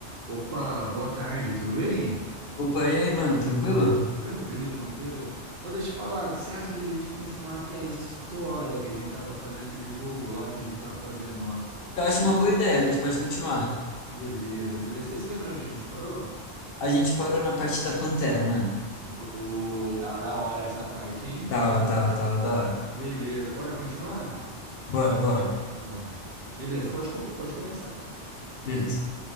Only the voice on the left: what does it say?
Opa, e aí, mano, tranquilo?
Eu acho uma boa ideia, a gente pode continuar.
A gente parou na parte da Pantera, mano.
Tava, tava, tava da hora.
Bora, bora.
Beleza.